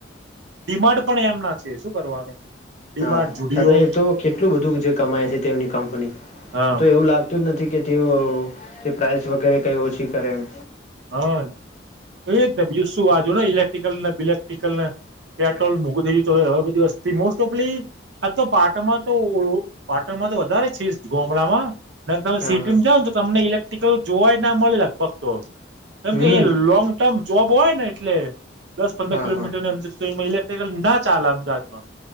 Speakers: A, on the right; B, on the left.
A: ડિમાન્ડ પણ એમના છે શું કરવાનું? ડિમાર્ડ
B: હા
A: જુડિયો
B: છતાં એ તો કેટલું બધું જે કમાય છે તેમની કંપની,
A: હા
B: તો એવું લાગ તું નથી કે તેઓ તે પ્રાઇસ વગેરે કંઈ ઓછી કરે એમ.
A: હા એ જ બીજું શું વાજુ ને ઇલેક્ટ્રિકલ ને બિલેક્ટ્રિકલ ને. પેટ્રોલ મોઘું થઈયું હવે બધી વસ્તુથી મોસ્ટ ઓફલી હા તો પાટણમાં તો પાટણમાં તો વધારે છે, ગમળામાં ના તમે
B: હા
A: સિટી
B: હા
A: માં જાાવને તો તમને ઇલેક્ટ્રિકલ જોવા જ ના મળે લગભગ તો. કેમ
B: હમ
A: કે અહીયા લોંગ ટર્મ જોબ હોય ને એટલે દસ પંદર
B: હા
A: કિલોમીટરની
B: હા
A: અંદર ના ચાલે અમદાવાદમાં